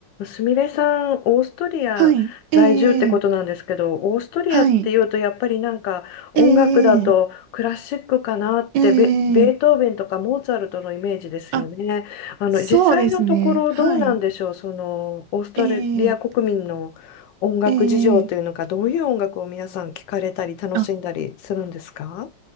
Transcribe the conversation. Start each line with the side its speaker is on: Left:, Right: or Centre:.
Left: すみれさん、オーストリア在住ってことなんですけど、
Right: はい。ええええ
Left: オーストリアっていうと、
Right: はい。
Left: やっぱりなんか音楽だとクラシックかなって、
Right: えええええ
Left: ベ、ベートーベンとかモーツァルトのイメージですよね。
Right: あ、
Left: あの、
Right: そうですね。
Left: 実際のところどうなんでしょう、
Right: はい。
Left: その、オーストリア国民の音楽事情というのか、
Right: ええええ
Left: どういう音楽を皆さん聞かれたり楽しんだりするんですか
Right: あ、